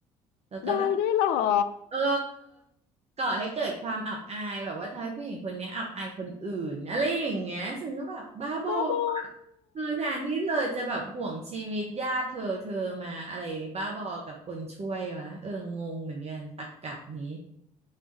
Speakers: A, on the right; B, on the left.
A: แล้วก็แบบ
B: ได้ด้วยเหรอ
A: เออก่อให้เกิดความอับอายแบบว่าทำให้ผู้หญิงคนเนี้ยอับอายคนอื่นอะไรอย่างเงี้ยซึ่งก็แบบบ้าบออะ
B: บ้าบอ
A: คือแทนที่เธอจะแบบห่วงชีวิตญาติเธอเธอมาอะไรบ้าบอกับคนช่วยวะเอองงเหมือนกันตรรกะนี้